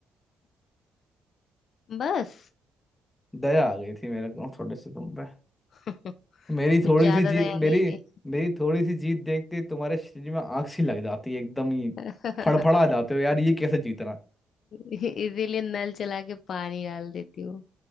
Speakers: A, on the left; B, on the left.
A: बस
B: दया आ गई थी मेरे को थोड़ी सी तुम पे
A: <laughs>
B: मेरी
A: कुछ
B: थोड़ी
A: ज्यादा
B: सी जीत
A: दया
B: मेरी
A: नहीं है।
B: मेरी थोड़ी सी जीत देखते ही तुम्हारे शरीर में आग सी लग जाती है एकदम ही
A: इसीलिए
B: फड़फड़ा जाते हो यार ये कैसे जीतना
A: नल चला के पानी डाल देती हूँ